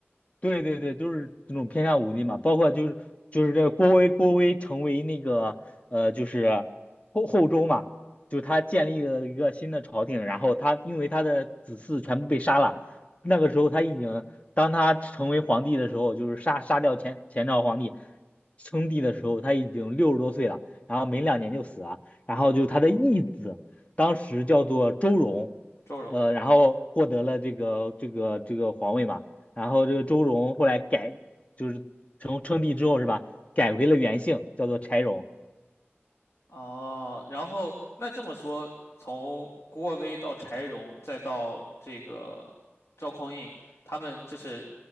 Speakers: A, on the left; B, on the left.
A: 对对对，就是这种偏向武力嘛，包括就是就是这郭威郭威成为那个呃就是后后周嘛，就是他建立了一个新的朝廷，然后他因为他的子嗣全部被杀了，那个时候他已经当他成为皇帝的时候，就是杀杀掉前前朝皇帝称帝的时候，他已经六十多岁了，然后没两年就死了，然后就他的义子当时叫做周荣，
B: 周荣
A: 呃，然后获得了这个这个这个皇位嘛。然后这个周荣后来改，就是称称帝之后是吧，改回了原姓，叫做柴荣。
B: 哦，然后那这么说，从郭威到柴荣，再到这个赵匡胤，他们这是